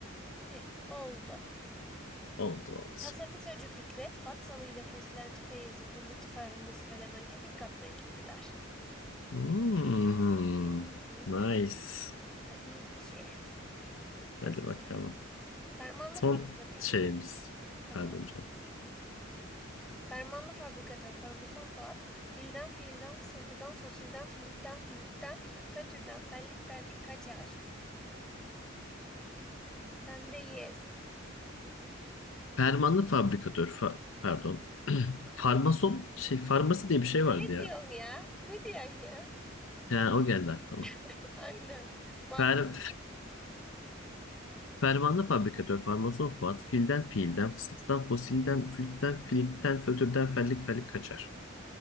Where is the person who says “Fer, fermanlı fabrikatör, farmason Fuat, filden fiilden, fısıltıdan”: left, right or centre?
Left